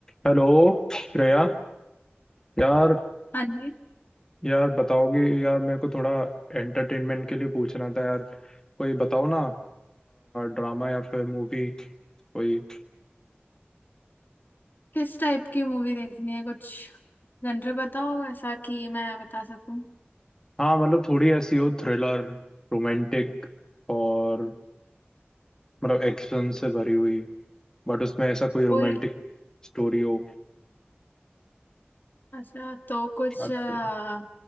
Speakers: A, on the left; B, on the left.
A: हेलो श्रेया यार
B: हाँ जी
A: यार बताओगी यार मेरे को थोड़ा एंटरटेनमेंट के लिए पूछना था यार कोई बताओ ना ड्रामा या फिर मूवी कोई
B: किस टाइप की मूवी देखनी है कुछ जनरे बताओ ऐसा कि मैं बता सकूं
A: हाँ मतलब थोड़ी ऐसी हो थ्रिलर रोमांटिक और मतलब एक्शन से भरी हुई बट उसमें ऐसा कोई रोमांटिक
B: कोई
A: स्टोरी हो
B: अच्छा तो कुछ
A: अच्छा
B: अ,